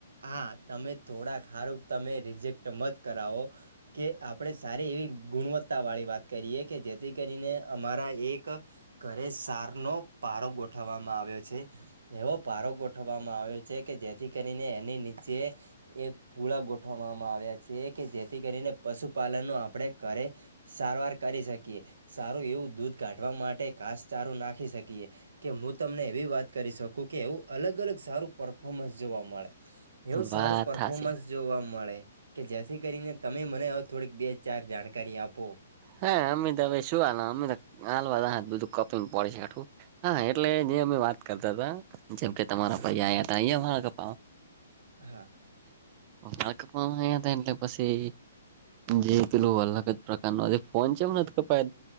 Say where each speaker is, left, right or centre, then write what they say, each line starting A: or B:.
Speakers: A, on the right; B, on the right.
A: હા તમે થોડા ખારું તમે રિજેક્ટ મત કરાવો કે આપણે સારી એવી ગુણવત્તા. તા વાળી વાત કરીએ કે જેથી કરીને અમારા એક ઘરે સાર નો પારો ગોઠવવામાં આવ્યો છે. એવો પારો ગોઠવવામાં આવ્યો છે કે જેથી કરીને એની નીચે એક પૂળ ગોઠવવામાં આવ્યા છે, કે જેથી કરીને પશુપાલન ન આપણે કર સારવાર કરી શકીએ સારું એવું દૂધ કાઢવા માટે કાસચારું નાખી શકીએ કે હું તમને એવી વાત કરી શકું કે એવું અલગ અલગ સારું પરફોમન્સ જોવા મળે એવું
B: વાત
A: સારું પરર્ફોર્મન્સ
B: થશે
A: જોવા મળે કે જેથી કરીને તમે મને થોડીક બે ચાર જાણકારી આપો
B: હા અમમે તો શું હાલ અમ તો હાલ બધું કપી પડે છે, આું હા એટલે જે અમે વાત કરતા હતા જેમ કે તમારા પયા
A: હા
B: હતા અયાપા
A: હા
B: વાકવામાં હતા એટલે પછી. જે કે લોકો અલગ જ પ્રકારનો ફોન છે કપ